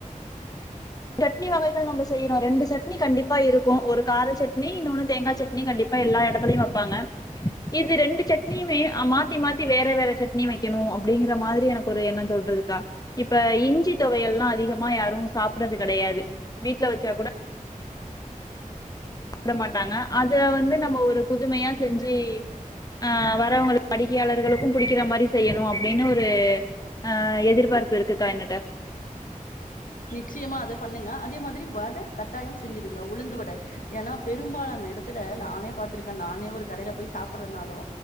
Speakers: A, on the left (about 25°); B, on the left (about 75°).
A: சட்னி வகைகள் நம்ம செய்ரோ ரெண்டு சட்னி கண்டிப்பா இருக்கு ஒரு கார சட்னி இன்னொன்னு தேங்கா சட்னி கண்டிப் பா எல்லா எடத்துலயு வப்பாங்க இது ரெண்டு சட்னியுமே மாத்தி மாத்தி வேற வேற சட்னி வைக்கணு அப்டிங்கற மாதிரி எனக்கொரு எண்ணம் தோன்ரதுக்கா இப்ப இஞ்சி தொவையல்லா அதிகமா யாரும் சாப் டரது கெடையாது வீட்ல வச்சா கூட பிட மாட்டாங்க அத வந்து நம்ம ஒரு புதுமையா செஞ்சு அ வரவங்களுக்கு வாடிக்கையாளர்களுக்கு புடிக்கிறா மாறி செய்யணு அப்டின்னு ஒரு ஆஹ் எதிர்பார்ப்பு இருக்குக்கா என்னுட்ட
B: நிச்சயமா அத பண்ணுங்க அதே மாதிரி வட கட்டாயம் செஞ்சிடுங்க உளுந்து வட ஏன்னா பெரும்பாலான எடத் ல நானே பாத்திருக்கே நானே ஒரு கடைல போய் சாப்றனாலு